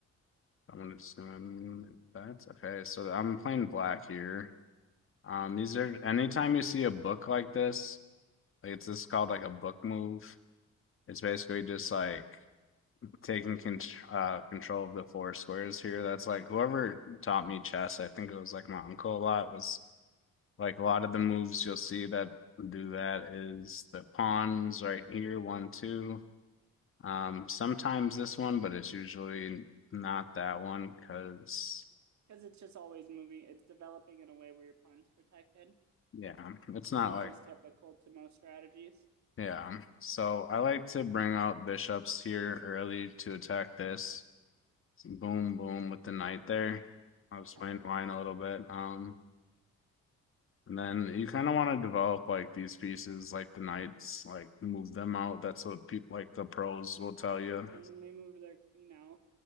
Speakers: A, on the left; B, on the right.
A: I'm just gonna that's okay. So I'm playing black here. Um, these are anytime you see a book like
B: okay
A: this, Like it's this called like a book move. It's basically just like taking con uh, control of the four squares here. That's like whoever taught me chess, I think it was like my uncle a lot, was like a lot of the moves you'll see that do that is the pawns right here, one, two. Um, sometimes this one, but it's usually not that one because
B: because it's just always moving it's developing in a way where your pawn's protected
A: yeah, it's not
B: which
A: like
B: is typical to most strategies
A: yeah. So I like to bring out bishops here early to attack this. boom boom with the knight there. I'll
B: okay
A: explain mine a little bit. Um, and then you kind of want to develop like these pieces, like the knights, like move them out. That's what people like the pros will tell you.
B: okay and then they moved their queen out